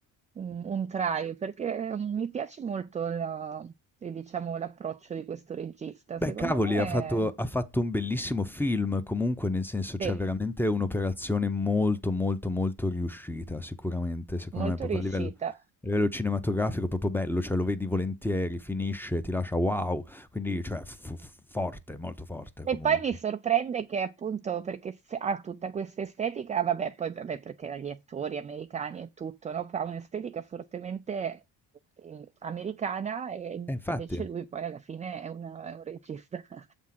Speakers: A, on the right; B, in the centre.
A: un, un try perché mm, mi piace molto la- eh, diciamo, l'approccio di questo regista.
B: Beh,
A: Secondo
B: cavoli,
A: me
B: ha fatto ha fatto un bellissimo film comunque, nel senso, cioè
A: è
B: veramente un'operazione molto, molto, molto riuscita sicuramente, secondo
A: molto
B: me, proprio
A: riuscita.
B: a livello a livello cinematografico proprio bello, cioè lo vedi volentieri, finisce, ti lascia wow, quindi cioè f f forte, molto forte comunque.
A: E poi mi sorprende che appunto perché se- ha tutta questa estetica, vabbè, poi vabbè, perché gli attori americani e tutto, no? Ha un'estetica fortemente eh, americana e
B: Eh, infatti,
A: invece lui poi alla fine è, una- è un regista <laughs>